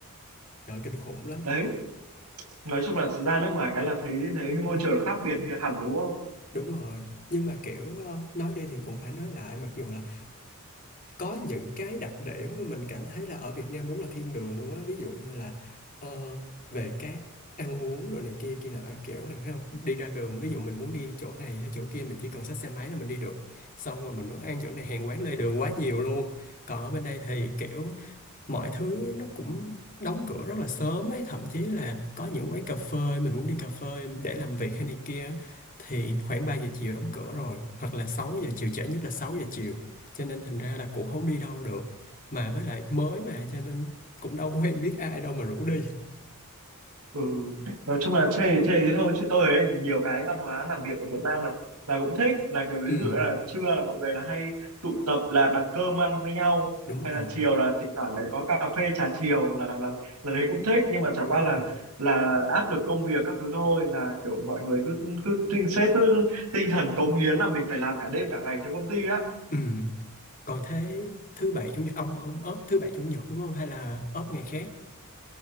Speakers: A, on the left; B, on the right.
A: trời ơi, kinh khủng lắm
B: đấy nói chung là ra nước ngoài cái là thấy thấy môi trường nó khác biệt thì hẳn đúng không
A: đúng rồi nhưng mà kiểu ờ, nói đi thì cũng phải nói lại mặc dù là có những cái đặc điểm mà mình cảm thấy là ở Việt Nam đúng là thiên đường luôn á ví dụ như là ờ, về cái ăn uống rồi này kia kia nọ kiểu này phải không đi ra đường ví dụ mình muốn đi chỗ này hay chỗ kia mình chỉ cần xách xe máy là mình đi được xong rồi mình muốn ăn chỗ này hàng quán lề đường quá nhiều luôn còn ở bên đây thì kiểu mọi thứ nó cũng đóng cửa rất là sớm ấy thậm chí là có những quán cà phê mình muốn đi cà phê để làm việc hay này kia thì khoảng 3 giờ chiều đóng cửa rồi hoặc là 6 giờ chiều trễ nhất là 6 giờ chiều cho nên thành ra là cũng không đi đâu được mà với lại mới mà cho nên cũng đâu quen biết ai đâu mà rủ đi
B: ừ nói chung là chê chê thế thôi chứ tôi thấy nhiều cái văn hóa làm việc ở Việt Nam là là cũng thích là kiểu ví
A: ừ
B: dụ là trưa là mọi người là hay tụ tập là đặt cơm ăn với nhau
A: đúng
B: hay
A: rồi
B: là chiều là thỉnh thoảng đấy có cà phê trà chiều là là là đấy cũng thích nhưng mà chả
A: đúng
B: qua là
A: rồi
B: là áp lực công việc các thứ thôi là kiểu mọi người cứ cứ tinh sếp cứ tinh thần cống hiến là mình phải làm cả đêm cả ngày cho công ty á
A: ừ còn thế thứ bảy chủ nhật ông ông ốp thứ bảy chủ nhật đúng không hay là ốp ngày khác